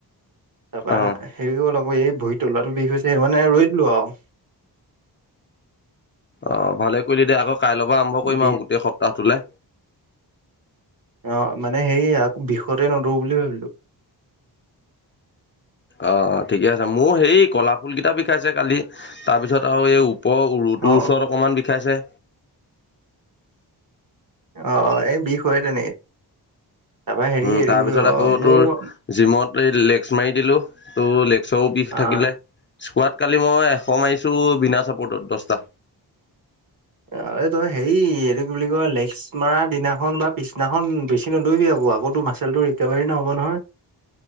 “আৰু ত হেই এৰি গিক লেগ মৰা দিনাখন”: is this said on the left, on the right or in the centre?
Right